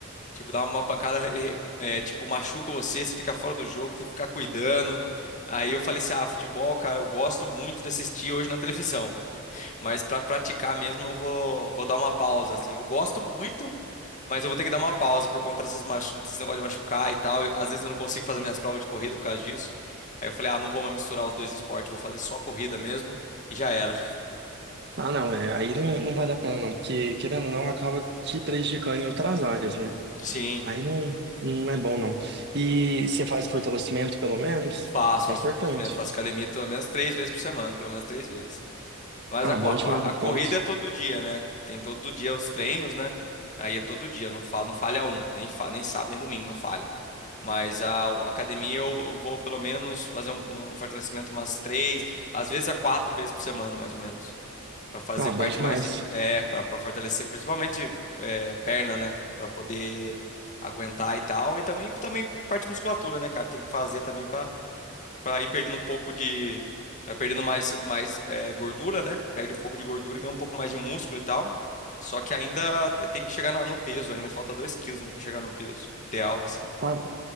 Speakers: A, on the left; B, on the right.
A: Tipo, dá uma pancada, eh, eh, tipo, machuca você, você fica fora do jogo, tem que ficar cuidando. Aí eu falei assim, ah, futebol, cara, eu gosto muito de assistir hoje na televisão, mas pra praticar mesmo eu vou, vou dar uma pausa, assim. Eu gosto muito, mas eu vou ter que dar uma pausa por conta dessas machu- desse negócio de machucar e tal. Às vezes eu não consigo fazer minhas provas de corrida por causa disso. Aí eu falei, ah, não vou mais misturar os dois esportes, vou fazer só corrida mesmo e já era.
B: Ah, não, é. Aí não, não vale a pena, não, porque querendo ou não, acaba te prejudicando em outras áreas, né?
A: Sim,
B: Aí não, não é bom, não. E você faz fortalecimento, pelo menos?
A: faço, faço
B: É importante.
A: fortalecimento, faço academia pelo menos três vezes por semana, pelo menos três vezes. Mas
B: Ah,
A: a, co-
B: bom
A: a, co-
B: demais,
A: a
B: meu
A: corrida
B: ponto.
A: é todo dia, né? Tem todo dia os treinos, né? Aí é todo dia, não falha, não falha um, nem, fa- nem sábado nem domingo, não falha. Mas a, a academia eu vou pelo menos fazer um, um fortalecimento umas três, às vezes a quatro vezes por semana, mais ou menos. Pra fazer
B: Ah,
A: parte
B: bom demais.
A: mais, de- é, pra pra fortalecer principalmente é, perna, né? Pra poder aguentar e tal. E também, também parte de musculatura, né, cara? Tem que fazer também para ir perdendo um pouco de. Vai perdendo mais, mais é, gordura, né? Perde um pouco de gordura e ganha um pouco mais de músculo e tal. Só que ainda te- tem que chegar na- no peso, ainda falta 2 quilos, né, para chegar no peso ideal, assim.
B: Ah,